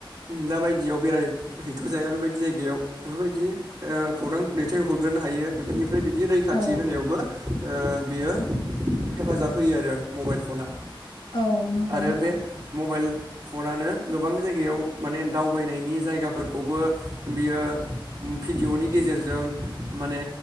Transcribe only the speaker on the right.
दा बायदियाव बेराय हैैथ'जाया बेबायदि जायगायाव बेफोरबायदि ओ खौरां दैथाय हरगोर नो हायो बेफोरनिफ्राय बिदि
थि होनायावबो ओ बियो हेफाजाब होयो आरो मबाइल फना।
आरो
बे मबाइल फनानो गोबां जायगायाव माने दावबायनायनि जायगाफोरखौबो बेयो भिडिय'नि गेजेरजों माने